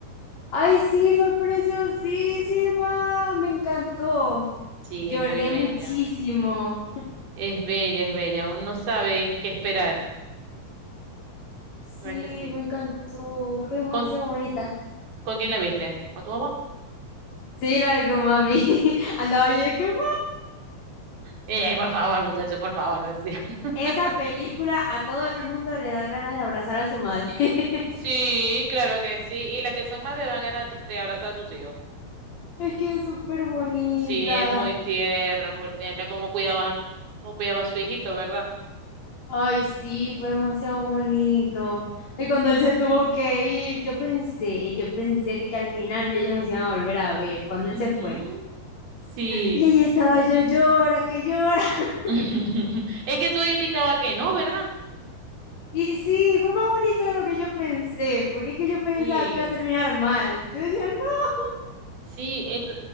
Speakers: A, on the left; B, on the right.
A: Ay, sí, fue preciosísima, me encantó.
B: Sí,
A: Lloré
B: es muy bella.
A: muchísimo.
B: Es bella, es bella. Uno no sabe qué esperar.
A: Sí,
B: ¿Verdad que sí?
A: me encantó, fue demasiado
B: ¿Con,
A: bonita.
B: con quién la viste? ¿Con tu mamá?
A: Sí, la vi con mami. <laughs> Andaba yo de que, "Mami".
B: Ey, ay, por favor, muchacho, por favor. Sí.
A: Esa
B: <laughs>
A: película a todo el mundo le da ganas de abrazar a su madre. <laughs>
B: Sí, claro que sí. Y las que son madres dan ganas de abrazar a sus hijos.
A: Es que es súper bonita.
B: Sí, es muy tierna, es muy tierna, como cuidaba, como cuidaba a su hijito, ¿verdad?
A: Ay, sí, fue demasiado bonito. Y cuando él se tuvo que ir, yo pensé, yo pensé que al final ellos nos iban a volver a ver cuando él
B: Ujú,
A: se fue.
B: Sí.
A: Y ahí estaba yo, llora, que llora. <laughs>
B: <laughs> Es que todo indicaba que no, ¿verdad?
A: Y sí, fue más bonito de lo que yo pensé, porque es que yo pensaba
B: Sí,
A: que iba a terminar mal. Yo decía, no. <laughs>
B: sí. ento-